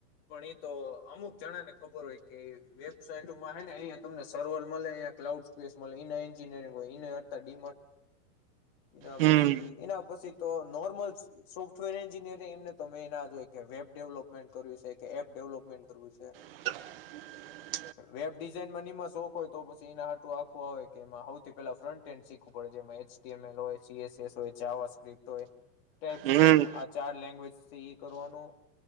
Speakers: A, on the left; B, on the right.
A: પણ એ તો અમુક જણા ને ખબર હોય, કે વેબસાાઈટમાં હ ને અહિયાયા તમને સર્વર મળે અ ક્લાઉડ સ્પેસ એના એન્જિનિયરિંગ હોય અડ એના
B: હમ
A: પછી એના પછી તો નોર્મલ સોફ્ટવેર એન્જિનિયર એમને તો મેન જોય કે વેબ ડેવલપમેન્ટ કરવી છે, કે એપ ડેવલપમેન્ટ કરવું છે,
B: <inaudible>
A: વેબ ડિઝાઇન મન એમાં શોખ હોય તો પછી એના આટું આખું આવે કેમાં સૌથી પેલા ફ્રન્ટ એન્ડ શીખવું પડે છે, જેમાં એચડીએમલ હોય, સીએસએસ હોય જાવા સ્ક્રિપ્ટ ટેપ
B: હમ
A: આ ચાર લેંગ્વેજથી કરવાનું,